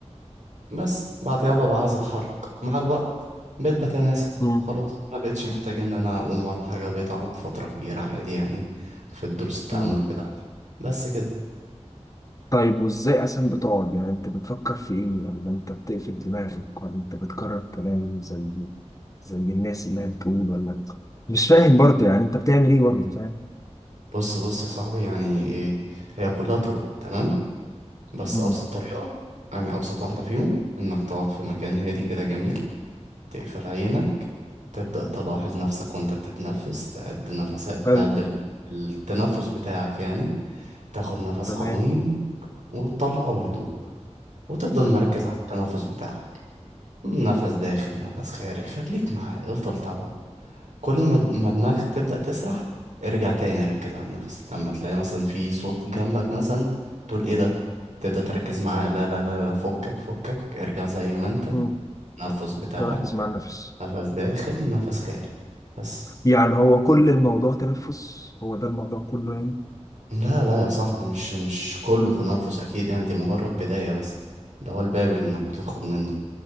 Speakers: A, on the right (about 90°); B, on the left (about 30°).
A: وبس بعدها ببقى عايز أتحرك مع الوقت بقيت بتناسى
B: مم.
A: خلاص ما بقتش محتاج إن أنا أقوم ولا حاجة بقيت أقعد فترة كبيرة عادي يعني في دروس التأمل
B: مم.
A: بتاعتي بس كده
B: طيب وازاي اصلا بتقعد يعني انت بتفكر في ايه لما انت بتقفل دماغك ولا انت بتكرر كلام زي زي الناس اللي هي بتقول ولا مش فاهم برضه يعني انت بتعمل ايه برضه فاهم
A: بص بص يا صاحبي يعني إيه هي كلها طرق تمام بس
B: مم.
A: أبسط طريقة يعني أبسط واحدة فيهم إنك تقعد في مكان هادي كده جميل تقفل عينك تبدأ تلاحظ نفسك وأنت بتتنفس تعد نفسات
B: حلو
A: تعد ال- التنفس بتاعك يعني تاخد نفس
B: تمام
A: عميق وتطلعه بهدوء وتفضل
B: جميل
A: مركز على التنفس بتاعك نفس داخل نفس خارج خليك معاه افضل تابعه كل ما د- ما دماغك تبدأ تسرح ارجع تاني ركز على النفس لما تلاقي مثلا في صوت جنبك مثلا تقول ايه ده تبدأ تركز معاه لا لا لا لا فكك فكك ارجع زي ما انت
B: مم.
A: نفس بتاعك
B: ركز مع النفس
A: نفس داخل نفس خارج بس
B: يعني هو كل الموضوع تنفس هو ده الموضوع كله يعني
A: لا لا يا صاحبي مش مش كله تنفس اكيد يعني دي مجرد بداية بس ده هو الباب اللي انك بتدخل منه